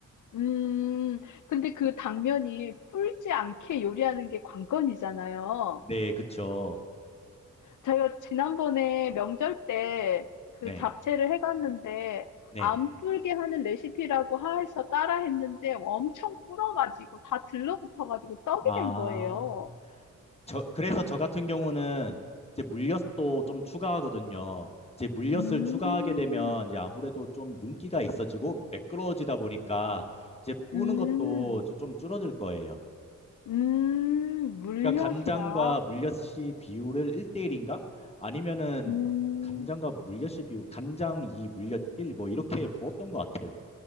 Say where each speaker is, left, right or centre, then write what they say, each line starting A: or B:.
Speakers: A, on the left (about 75°); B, on the left (about 20°).
A: 음, 근데 그 당면이 불지 않게 요리하는 게 관건이잖아요.
B: 네, 그쵸.
A: 제가 지난번에 명절 때 그
B: 네,
A: 잡채를 해갔는데,
B: 네.
A: 안 불게 하는 레시피라고 해서 따라 했는데 엄청 불어가지고 다 들러붙어가지고 떡이
B: 아,
A: 된 거예요.
B: 저, 그래서 저 같은 경우는 이제 물엿도 좀 추가하거든요. 이제 물엿을
A: 음,
B: 추가하게 되면 이제 아무래도 좀 윤기가 있어지고 매끄러워지다 보니까 이제 뿌는
A: 음,
B: 것도 좀 줄어들 거예요.
A: 음, 물엿이라.
B: 그러니까 간장과 물엿이 비율을 1대1인가? 아니면은
A: 음,
B: 간장과 물엿이 비율, 간장 2, 물엿 1, 뭐 이렇게 부었던 것 같아요.